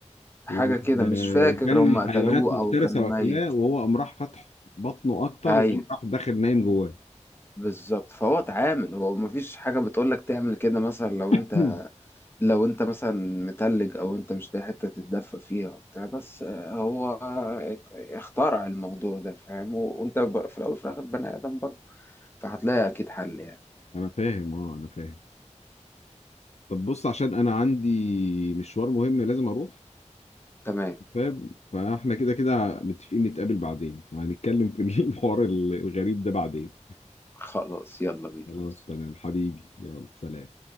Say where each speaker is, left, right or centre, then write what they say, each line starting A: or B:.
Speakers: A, on the left (about 20°); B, on the left (about 60°).
A: حاجه
B: و-
A: كده
B: آه،
A: مش فاكر
B: وكان
A: هم قتلوه
B: حيوانات مفترسه
A: او كان
B: واكلاه
A: ميت
B: وهو قام راح فتح بطنه اكتر
A: ايوه
B: وقام راح داخل نايم جواه
A: بالظبط فهو اتعامل هو مفيش حاجه بتقول لك تعمل كده مثلا لو
B: <laughs>
A: انت لو انت مثلا متلج او انت مش لاقي حته تتدفى فيها وبتاع بس آه، هو اخترع الموضوع ده فاهم وانت بر- في الاول وفي الاخر بني ادم برضه فهتلاقي أكيد حل يعني
B: انا فاهم اه انا فاهم طب بص عشان انا عندي مشوار مهم لازم اروح
A: تمام
B: فاهم فاحنا كده كده متفقين نتقابل بعدين هنتكلم في <laughs> الحوار الغريب ده بعدين
A: خلاص يلا بينا
B: خلاص تمام حبيبي يلا سلام